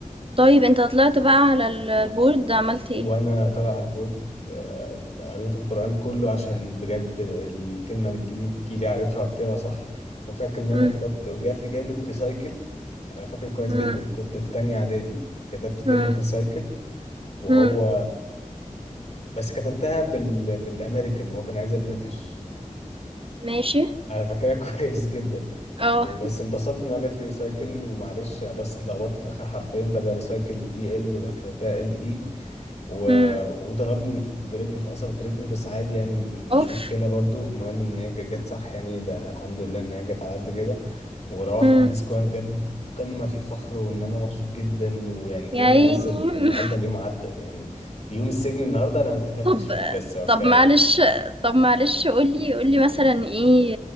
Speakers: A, on the right; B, on the left.
A: طيب أنت طلعت بقى على ال الboard عملت
B: وانا
A: إيه؟
B: طالع على البورد آه، قريت القرآن كله عشان بجد الكلمة اللي تجيلي تجيلي عارفها واكتبها صح وفاكر ان انا
A: إمم،
B: كتبت وجات لي كلمة ريسايكل انا فاكر كويس
A: إمم،
B: جدا كنت في تانية اعدادي كتبت كلمة
A: إمم،
B: ريسايكل وهو
A: إمم،
B: بس كتبتها بال... بالامريكان هو كان عايزها بريتش
A: ماشي،
B: انا فاكرها <laughs> كويس جدا
A: آه،
B: وبس انبسطت ان هو جات لي ريسايكل ومعلش بس اتلخبطت في اخر حرفين بدل ريسايكل اي ال بقى كتبتها ال اي و...
A: إمم،
B: وضربني في- برجله في قصبة رجلي بس عادي يعني م- مش
A: أوف!
B: مشكلة برضو المهم ان هي كانت جت صح يعني ده الحمد لله ان هي جت على قد كده وروحت
A: إمم،
B: الديسك وانا بجد قمة في الفخر وان انا مبسوط جدا ويعني كأن
A: يا عيني.
B: خلاص ال... النهارده
A: <laughs>
B: اليوم عدى يعني يوم السجن النهارده انا ما اتقتلتش
A: طب
B: فيه بس هو
A: طب
B: كفاية
A: معلش
B: يعني
A: طب معلش قُل لي قُل لي مثلًا إيه